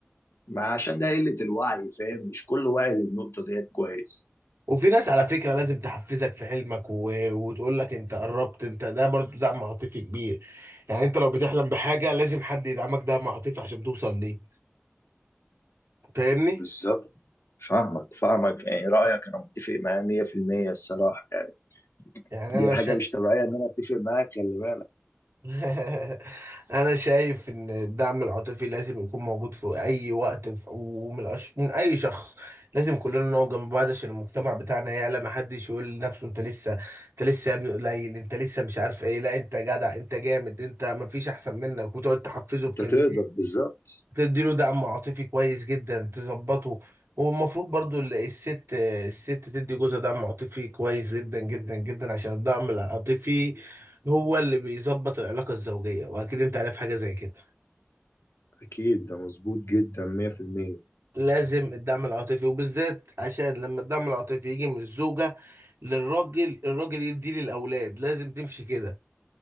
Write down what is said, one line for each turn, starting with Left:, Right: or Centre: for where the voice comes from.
Left: ما عشان ده قله الوعي فاهم مش كل واعي للنقطه ديت كويس
Right: وفي ناس على فكرة لازم تحفزك في حلمك و... وتقول لك انت قربت انت ده برضو دعم عاطفي كبير يعني انت لو بتحلم بحاجة لازم حد يدعمك دعم عاطفي عشان توصل ليه فاهمني
Left: بالظبط فاهمك فاهمك يعني رأيك أنا متفق معاه 100% الصراحة يعني
Right: يعني
Left: دي
Right: انا
Left: حاجة
Right: شا...
Left: مش طبيعية إن أنا أتفق معاك خلي بالك
Right: <laughs> انا شايف ان الدعم العاطفي لازم يكون موجود في اي وقت في- ومن أش... من اي شخص لازم كلنا نقف جنب بعض عشان المجتمع بتاعنا يعلى ما حدش يقول لنفسه انت لسه انت لسه يا ابني قليل انت لسه مش عارف ايه لا انت جدع انت جامد انت ما فيش احسن منك وتقعد تحفزه
Left: أنت
Right: بكلمتين
Left: تقدر بالظبط
Right: تديله دعم عاطفي كويس جدا تظبطه والمفروض برضو ال- الست الست تدي جوزها دعم عاطفي كويس جدا جدا جدا عشان الدعم العاطفي هو اللي بيظبط العلاقة الزوجية واكيد انت عارف حاجة زي كده
Left: أكيد ده مظبوط جدا 100%
Right: لازم الدعم العاطفي وبالذات عشان لما الدعم العاطفي يجي من الزوجة للراجل الراجل يديه للأولاد لازم تمشي كده